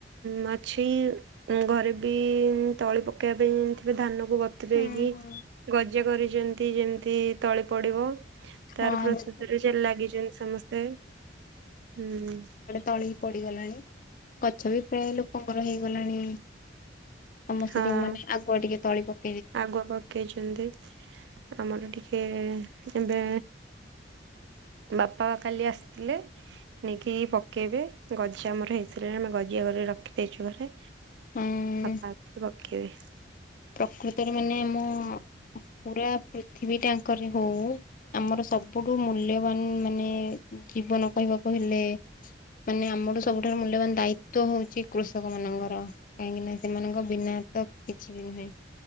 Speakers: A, on the right (about 70°); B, on the left (about 45°).
A: ମାଛି ଘରେ ବି ତଳି ପକେଇବା ପାଇଁ ଥିବେ ଧାନ କୁ। ବତରେଇକି
B: ହଁ
A: ଗଜା କରିଛନ୍ତି ଯେମିତି ତଳି ପଡିବ।
B: <inaudible>
A: ତାର
B: ଘଡେ
A: ପ୍ରସ୍ତୁତିରେ ସେ ଲାଗିଛନ୍ତି ସମସ୍ତେ ହୁଁ
B: ତଳି ପଡିଗଲାଣି ଗଛ ବି ପ୍ରାୟ ଲୋକଙ୍କର ହେଇଗଲାଣି। ସମସ୍ତେ
A: ହଁ
B: ଯୋଉ ମାନେ ଆଗୁଆ ଟିକେ ତଳିପ
A: ଆଗୁଆ ପକେଇଛନ୍ତି ଆମର ଟିକେ ଏବେ। ବାପା କାଲି ଆସିଥିଲେ। ନେଇକି ପକେଇବେ ଗଜା ଆମର ହେଇସାରଣି ଆମେ ଗଜା ଘରେ ରଖିଦେଇଛୁ ଘରେ।
B: ହଁ
A: ବାପା ଆସି ପକେଇବେ।
B: ପ୍ରକୃତରେ ମାନେ ମୁଁ ପୁରା ପୃଥିବୀ ତାଙ୍କର ହଉ। ଆମର ସବୁଠୁ ମୂଲ୍ୟବାନ ମାନେ ଜୀବନ କହିବାକୁ କହିଲେ ମାନେ ଆମର ସବୁଠାରୁ ମୂଲ୍ୟବାନ୍ ଦାୟିତ୍ଵ ହଉଛି କୃଷକ ମାନଙ୍କର। କାହିଁକିନା ସେମାନଙ୍କ ବିନା ତ କିଛି ନୁହେଁ